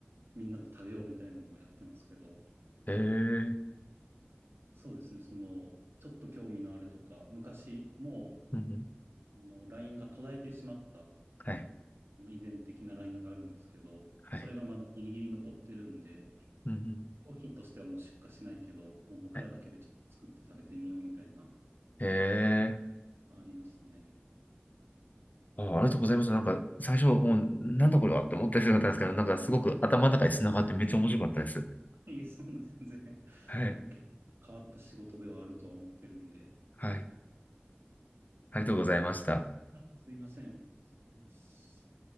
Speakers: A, on the right; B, on the left.
A: みんなで食べようみたいなのをやってますけど、
B: へえ
A: そうですね、その、ちょっと興味のあるとか、昔も
B: うんうん。
A: う、あの、ラインが途絶えてしまった、あ
B: はい。
A: の遺伝的なラインがあるんですけど、
B: はい。
A: それがまだギリギリ残ってるんで、
B: うんうん。
A: 商品としてはもう出荷しないけど、もう僕らだけでちょっと作って食べてみようみたいな
B: はい。へえ
A: ありますね。
B: あ、ありがとうございました。なんか、最初、もう、なんだこれはって思ったりするったんですけど、
A: <laughs>
B: なんか、すごく頭の中に繋がってめっちゃ面白かったです。
A: いえ、そんな全然 <laughs>
B: はい。
A: あ結構変わった仕事ではあるとは思ってるんで。
B: はい。ありがとうございました。
A: あすいません。ありがとうございます。